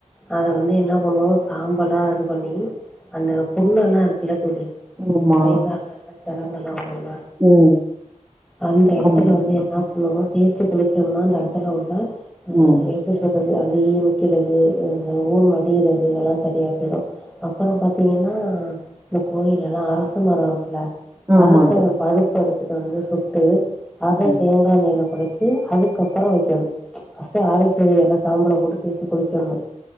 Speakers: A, in the centre; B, on the right.
A: அத வந்து என்ன பண்ணுவோ சாம்பலா இது பண்ணி அந்த புண்ணுலா இருக்குல தோழி
B: ஆமா
A: கை கால்லல்லா சரங்குல்லா வருல
B: ம்
A: அந்த எடத்துல
B: ஆமா
A: வந்து என்னா பண்ணுவோ தேச்சு குளிச்சம்னா அந்த எடத்துல உள்ள அ
B: ம்
A: எப்டி சொல்றது அந்த ஈ க்கிறது இந்த ஊல் வடியுறது இதெல்லா சரியா போய்டு அப்பறப் பாத்தீங்கன்னா இந்த கோயிலல்லா அரச மரோ இருக்குல்ல
B: ஆமா
A: அரச
B: தோழி
A: பழுப்பெடுத்துட்டு வந்து சுட்டு ஆத
B: ம்
A: தேங்கா எண்ணைல கொழ பி அதுக்கப்பறோ வெக்கணு ஃபர்ஸ்ட்டு ஆரஸ்வதீ எல சாம்பள போட்டு தேச்சு குளிச்சர்ணு